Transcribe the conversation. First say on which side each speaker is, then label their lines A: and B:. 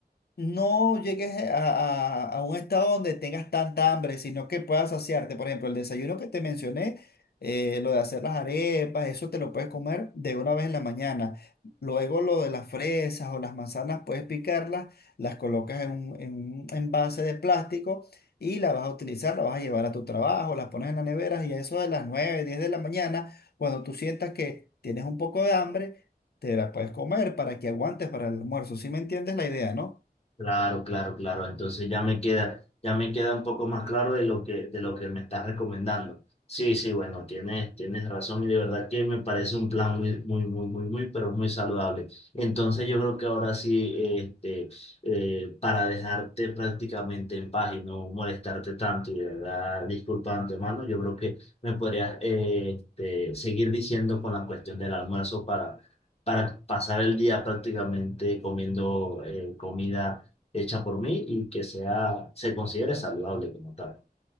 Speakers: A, on the left; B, on the left.
A: no llegues a, a- a un estado donde tengas tanta hambre, sino que puedas saciarte. Por ejemplo, el desayuno que te mencioné, eh, lo de hacer las arepas, eso te lo puedes comer de una vez en la mañana. Luego lo de las fresas o las manzanas, puedes picarlas, las colocas en un, en un envase de plástico y la vas a utilizar, la vas a llevar a tu trabajo, las pones en la nevera y a eso de las 9 10 de la mañana, cuando tú sientas que tienes un poco de hambre, te la puedes comer para que aguantes para el almuerzo. ¿Sí me entiendes la idea, no?
B: Claro, claro, claro. Entonces ya me queda, ya me queda un poco más claro de lo que, de lo que me estás recomendando. Sí, sí, bueno, tienes, tienes razón y de verdad que me parece un plan muy, muy, muy, muy, muy, pero muy saludable. Entonces yo creo que ahora sí, este, eh, para dejarte prácticamente en paz y no molestarte tanto y de verdad, disculpa de antemano, yo creo que me podrías, eh, este, seguir diciendo con la cuestión del almuerzo para, para pasar el día prácticamente comiendo eh, comida hecha por mí y que sea, se considere saludable como tal.